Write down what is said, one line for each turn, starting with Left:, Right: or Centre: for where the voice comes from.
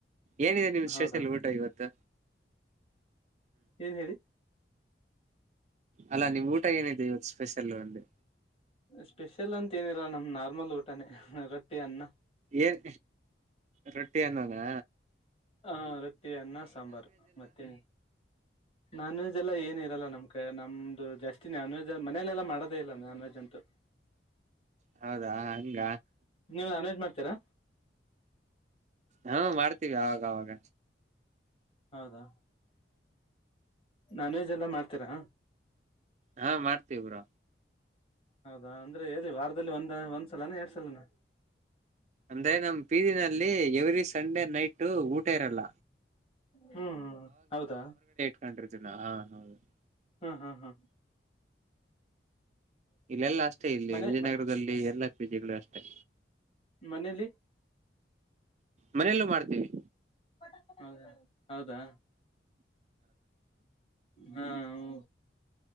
Right: ಏನಿದೆ ನಿಮ್ಮ
Left: ಹೌದಾ
Right: ಸ್ಟೆಷಲ್ ಊಟ ಇವತ್ತು.
Left: ಏನ್ ಹೇಳಿ.
Right: ಅಲ್ಲ ನಿಮ್ಮ ಊಟ ಏನಿದೆ ಇವತ್ತು ಸ್ಪೆಷಲ್ ಅಂದೆ.
Left: ಸ್ಪೆಷಲ್ ಅಂತಾ ಏನಿಲ್ಲ ನಮ್ಮ ನಾರ್ಮಲ್ ಊಟನೇ ರೊಟ್ಟಿ ಅನ್ನ.
Right: ಏನ್ ರೊಟ್ಟಿ ಅನ್ನನ
Left: ಹಾ ರೊಟ್ಟಿ ಅನ್ನ ಸಾಂಬಾರ್ ಮತ್ತೇ ನಾನ್ ವೆಜ್ ಎಲ್ಲಾ ಏನ ಇರಲ್ಲ ನಮ್ಮ ಕೈ ನಮ್ದು ಜಾಸ್ತಿ ನಾನ್ ವೆಜ್ ಮನಲೆೆಲ್ಲ ಮಾಡದೇ ಇಲ್ಲ ನಾನ್ ವೆಜ್ ಅಂತೂ <inaudible>
Right: ಹೌದಾ ಹಂಗ
Left: ನೀವು ನಾನ್ ವೆಜ್ ಮಾಡ್ತೀರಾ
Right: ಹಾ ಮಾಡ್ತೀವಿ ಆವಾಗವಾಗ
Left: ಹೌದಾ ನಾನ್ ವೆಜ್ ಎಲ್ಲ ಮಾಡ್ತೀರಾ.
Right: ಹಾ ಮಾಡ್ತೀವ ಬ್ರೊ
Left: ಹೌದಾ ಅಂದ್ರೆ ಹೇದ ವಾರದಲ್ಲಿ ಒಂದ ಒಂದ್ ಸಲನಾ ಎರಡ್ ಸಲನಾ
Right: ಅಂದ್ರೆ ನಮ್ ಪೀಜಿನಲ್ಲಿ ಎವ್ರಿ ಸಂಡೇ ನೈಟ್ ಊಟ ಇರಲ್ಲ.
Left: ಹ್ಮ ಹೌದ
Right: <unintelligible>
Left: ಹ್ಮ ಹ್ಮ ಹ್ಮ
Right: ಇಲ್ಲೆಲ್ಲಾ ಅಷ್ಟೇ ಇಲ್ಲಿ
Left: ಮನೆ
Right: ವಿಜಯನಗರದಲ್ಲಿ ಎಲ್ಲಾ ಪೀಜಿಗಳ ಅಷ್ಟೇ.
Left: ಮನೇಲಿ
Right: ಮನೆಲ್ಲೂ ಮಾಡ್ತಿವಿ.
Left: <unintelligible> ಹೌದಾ ಹಾ ಹು